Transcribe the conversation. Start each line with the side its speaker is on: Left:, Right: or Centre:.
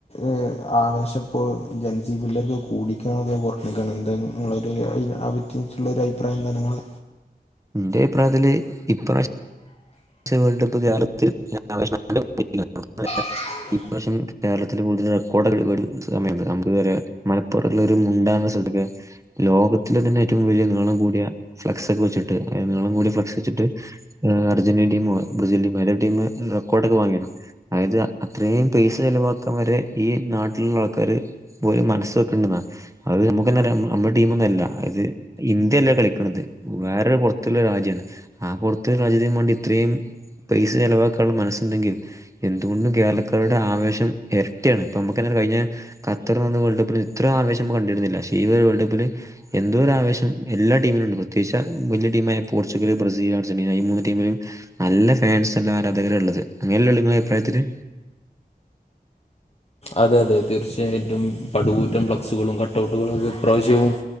Left: ഏഹ് ആവേശം. ഇപ്പോൾ ജെൻ സി പിള്ളേർക്ക് കൂടിക്കാണോ അതോ കൊറഞ്ഞിക്കാണോ എന്ത ഇങ്ങളൊര് അയിന് അബി ച്ചുള്ള ഒരു അഭിപ്രായം എന്താ നിങ്ങളെ
Right: എന്റെ അഭിപ്രായത്തില് ഇപ്ര <unintelligible> വേൾഡ് കപ്പ് കേരളത്തിൽ <unintelligible>
Left: <inaudible>
Right: ഈ വർഷം കേരളത്തിൽ കൂടുതൽ റെക്കോർഡ് സമയണ്ട് നമ്മക്കറിയ മലപ്പുറുള്ള ഒരു മുണ്ടന്നാ സ്ഥലത്തൊക്കെ. ലോകത്തിലെ തന്നെ ഏറ്റവും വലിയ നീളം കൂടിയ ഫ്ലാക്സ് ഒക്കെ വച്ചിട്ട് നീളം കൂടിയ ഫ്ലക്സ് വച്ചിട്ട്. അർജന്റീനേം ടീമും ബ്രസീലിയൻ ടീമും ഏതോ ഒരു ടീം റെക്കോഡ് ഒക്കെ വാങ്ങിണ്. അതായത് അത്രയും പൈസ ചെിലവാക്കൻ വരെ ഈ നാട്ടിലുള്ള ആൾക്കാര് ഓല് മനസ് വെക്കണ്ടന്നാ അത് നമ്മുക്കന്ന അറിയാം നമ്മുടെ ടീമൊന്നും അല്ല അത് ഇന്ത്യയല്ലേ കളിക്കണത് വേറൊരു പുറത്തുള്ള രാജ്യണ് ആ പുറത്തു രാജ്യത്തിനുംവേണ്ടി ഇത്രയും പൈസ ചിലവാക്കാനുള്ള മനസ്സുണ്ടെങ്കി എന്തുകൊണ്ടും കേരളക്കാരുടെ ആവേശം ഇരട്ടിയാണ് ഇപ്പ നമുക്കന്നെ കഴിഞ്ഞ ഖത്തർ നിന്ന് വേൾഡ് കപ്പിൽ ഇത്ര ആവേശം കണ്ടിരുന്നില്ല പക്ഷേ ഈ വേൾഡ് കപ്പില്. എന്തോരു ആവേശം എല്ലാ ടീമിലുണ്ട് പ്രത്യേകിച്ച വലിയടീമായ പോർച്ചുഗൽ ബ്രസീൽ അർജന്റീന ഈ മൂന്ന് ടീമിലും. നല്ല ഫാൻസ്ള്ള ആരാധകര് ഉള്ളത് അങ്ങനെയല്ല ഉള്ള നിങ്ങള അഭിപ്രായത്തില്.
Left: അതെ അതെ തീർച്ചയായിട്ടും പടുകൂറ്റം ഫ്ലാക്സുകളും കട്ട്ഔട്ടുകളും ഒക്കെ ഇപ്രാവശ്യവും.